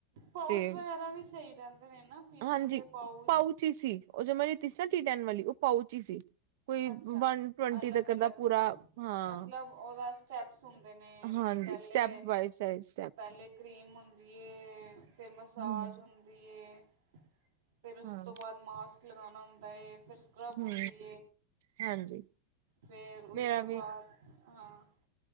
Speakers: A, on the right (about 80°); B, on the right (about 55°).
A: ਪਾਊਚ
B: ਤੇ
A: ਵਗੈਰਾ ਵੀ ਸਹੀ ਰਹਿੰਦੇ ਨੇ ਨਾ ਫੇਸ਼ੀਅਲ
B: ਹਾਂਜੀ
A: ਦੇ ਪਾਊਚ
B: ਪਾਊਚੀ ਸੀ ਉਹ ਜ ਮੇ ਤ ਸੀ ਨਾ ਟੈਣ ਵਾਲੀ ਉਹ ਪਹੁੰਚੀ ਸੀ ਕੋਈ
A: ਅੱਛਾ
B: ਵਨ ਟਵੰਟੀ
A: ਅਲੱਗ
B: ਤੱਕ
A: ਅਲੱਗ
B: ਦਾ ਪੂਰਾ
A: ਮਾਂ
B: ਹਾਂ
A: ਮਤਲਬ ਉਹਦਾ ਸਟੈਪਸ ਹੁੰਦੇ ਨੇ
B: ਹਾਂਜੀ
A: ਪਹਿਲੇ
B: ਸਟੈਪ ਬਾਏ ਸਾਈਜ਼ ਸਟੈਪ
A: ਪਹਿਲੇ ਕਰੀਮ ਹੁੰਦੀ ਫੇਿਰ ਮਸਾਜ
B: ਹੂੰ
A: ਹੁੰ ਦੀਏ ਫਿਰ ਉਸ
B: ਹਾਂ
A: ਤੋਂ ਬਾਅਦ ਮਾਸਕ ਲਗਾਉਣਾ ਹੁੰਦਾ ਏ, ਫਿਰ ਸਕ੍ਰੱਬ
B: ਹੂੰ
A: ਹੁੰਦੀ।
B: ਹਾਂਜੀ
A: ਫੇਰ ਉਸ
B: ਮੇਰਾ
A: ਤੋਂ ਬਾਅਦ ਹਾਂ,